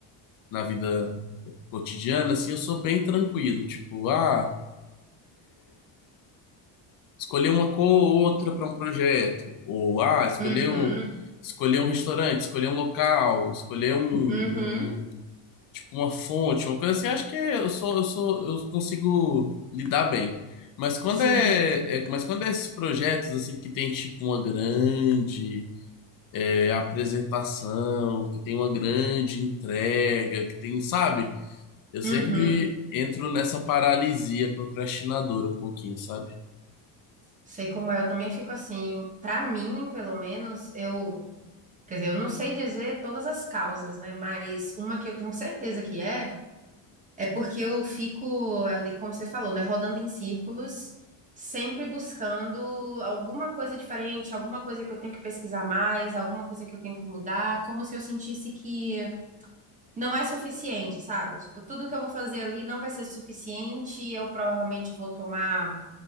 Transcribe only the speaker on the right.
Uhum,
uhum,
Sim,
uhum.
sei como é, eu também fico assim. Pra mim, pelo menos, eu, quer dizer, eu não sei dizer todas as causas, né? Mas uma que eu tenho certeza que é É porque eu fico ali, como você falou, né, rodando em círculos, sempre buscando alguma coisa diferente, alguma coisa que eu tenho que pesquisar mais, alguma coisa que eu tenho que mudar, como se eu sentisse que não é suficiente, sabe? Tipo, tudo que eu vou fazer ali não vai ser suficiente, eu provavelmente vou tomar.